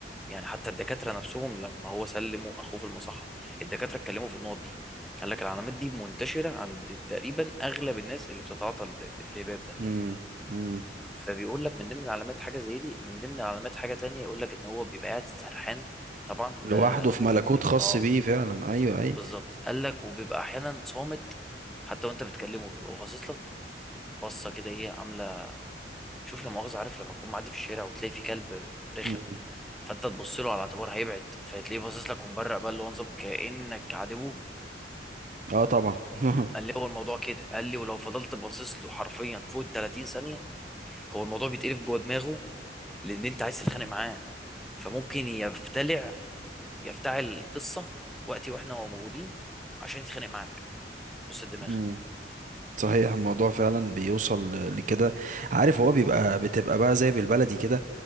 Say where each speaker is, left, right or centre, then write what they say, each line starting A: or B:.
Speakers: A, in the centre; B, on the right.
A: يعني حتى الدكاتره نفسهم لما هو سلموا اخوه في المصحه الدكاتره اتكلموا في النقط دي قال لك العلامات دي منتشره عند تقريبا اغلب الناس اللي بتتعاطى ال- ال- الهباب ده
B: مم، مم.
A: فبيقول لك من ضمن العلامات حاجه زي دي من ضمن العلامات حاجه تانية يقول لك ان هو بيبقى قاعد سرحان طبعا وده
B: لوحده في
A: ممكن
B: ملكوت
A: تلاقيه
B: خاص
A: اه
B: بيه فعلا ايوه ايوه
A: بالظبط قال لك وبيبقى احيانا صامت حتى وانت بتكلمه بيبقى باصص لك بصه كده ايه عامله شوف لا مؤاخذه عارف لما تكون معدي في الشارع وتلاقي في كلب رخم
B: مم.
A: فانت تبص له على اعتبار هيبعد فتلاقيه باصص لك ومبرق بقى اللي هو نظام كانك عادبه
B: اه طبعا <laughs>
A: قال لي هو الموضوع كده قال لي ولو فضلت باصص له حرفيا فوق ال 30 ثانيه هو الموضوع بيتقلب جوه دماغه لان انت عايز تتخانق معاه فممكن يفتلع يفتعل القصه وقتي واحنا هو موجودين عشان يتخانق معاك بص الدماغ
B: مم. صحيح الموضوع فعلا بيوصل ل- لكده عارف هو بيبقى بتبقى بقى زي بالبلدي كده